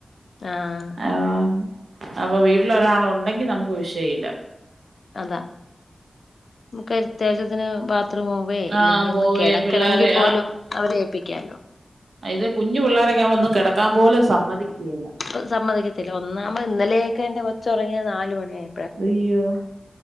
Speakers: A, on the left; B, on the right.
A: ആഹ്
B: അപൊ അപൊ വീട്ടിൽ ഒരാൾ ഒണ്ടെങ്കി നമുക്ക് വിഷയില്ല.
A: അതാ നമുക്ക് അത്യാവശ്യത്തിന് ബാത്റൂമോ വേ
B: ആ
A: അല്ലെങ്കിൽ
B: പോവേം
A: ഒന്ന് കെടക്കണെ
B: പിള്ളാരെ
A: മെങ്കിൽ പോലും അവരെ ഏൽപ്പിക്കാല്ലോ.
B: അയിന്റെ കുഞ്ഞ് പിള്ളാരൊക്കെ ആവുമ്പ ഒന്നും കെടക്കാൻ പോലും സമ്മതിക്കേല.
A: അത് സമ്മതിക്കത്തില്ല. ഒന്നാമത് ഇന്നലെയൊക്കെ എന്റെ കൊച്ചുറങ്ങിയത് നാല് മണിയായി.
B: അയ്യോ